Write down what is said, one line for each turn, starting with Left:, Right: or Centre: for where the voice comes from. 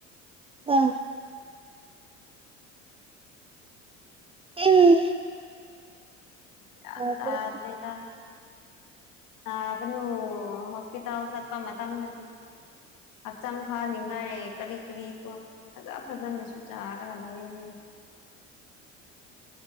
Right: ꯑ ꯑꯦ
Left: ꯒ꯭ꯌꯥꯟ
Right: ꯇꯥꯗ꯭ꯔꯦ
Left: ꯇꯥꯗ꯭ꯔꯦꯗ ꯅꯥꯒꯅꯨ ꯍꯣꯁꯄꯤꯇꯥꯜ ꯆꯠꯄ ꯃꯇꯝꯗꯗꯤ ꯍꯛꯆꯥꯡ ꯐꯥꯅꯤꯡꯉꯥꯏ ꯀꯔꯤ ꯀꯔꯤꯅꯣ ꯐꯖ ꯐꯖꯅꯁꯨ ꯆꯥꯔꯒ ꯂꯩꯌꯨꯍꯦ